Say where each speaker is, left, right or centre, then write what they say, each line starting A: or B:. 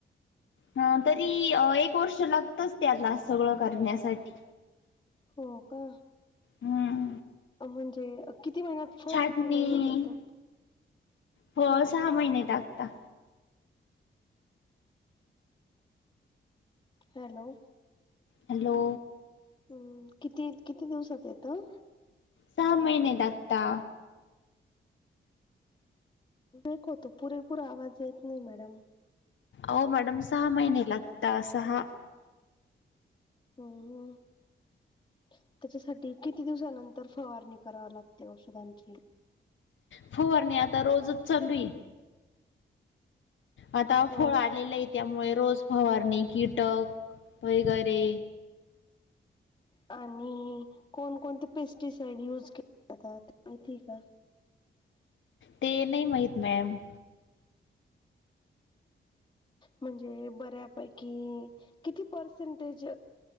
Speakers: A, on the left; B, on the left.
A: ह तरी एक वर्ष लागतच त्याला सगळं करण्यासाठी.
B: हो का.
A: हूं!
B: म्हनजे किती महिन्यात, फळ
A: छाटणी
B: किती महिन्यात येतं.
A: फळ सहा महिन्यात आता.
B: हॅलो!
A: हॅलो!
B: हूं किती, किती दिवसात येतं.
A: सहा महिने लागता.
B: ब्रेक होतो पुरेपूर, आवाज येत नही मॅडम.
A: आओ मॅडम सहा महीने, लागता साहा.
B: हूं हूं! त्याच्यासाठी किती दिवसानंतर फवारणी, करावी लागते औषधांची
A: फवारणी, आता रोजच चालूय. आता
B: अ
A: फळ आलेलं आहे, त्यामुळे रोज फवारणी कीटक वगैरे.
B: आणि कोणकोणते पेस्टिसाईड यूज केले जातात <unintelligible> माहिती का?
A: ते नई माइत मॅम.
B: म्हणजे बऱ्यापैकी किती पर्सेंटेज